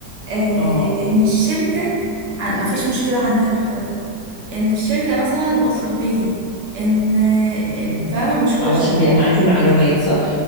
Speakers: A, on the right (about 70°); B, on the left (about 70°).
A: آه
B: اه
A: ان الشركة ع- ما فيش مشكلة عندها في الحوار ده ان الشركة مثلا واثقة فيكي ان آه،
B: مم.
A: فاهمة مش كل
B: علشان
A: الشركات
B: بيبقى معاكي معلومات صح؟